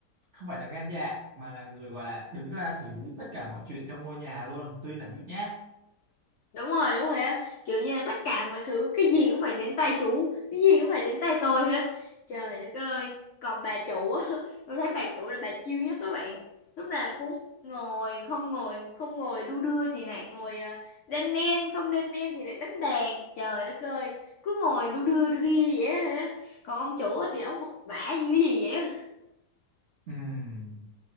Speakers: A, on the right; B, on the left.
A: không phải là gan dạ mà là người gọi là đứng ra xử lý tất cả mọi chuyện trong ngôi nhà luôn tuy là nhút nhát
B: đúng rồi đúng rồi á kiểu như là tất cả mọi thứ cái gì cũng phải đến tay chú cái gì cũng phải đến tay tôi hết trời đất ơi còn bà chủ á <laughs> tôi thấy bà chủ là bà chill nhất các bạn lúc nào cũng ngồi không ngồi không ngồi đu đưa thì lại ngồi ờ, đan nen không đan nen thì lại đánh đàn trời đất ơi cứ ngồi đu đưa đu đi vậy á còn ông chủ á thì ông vật vã như cái gì vậy á
A: Ừm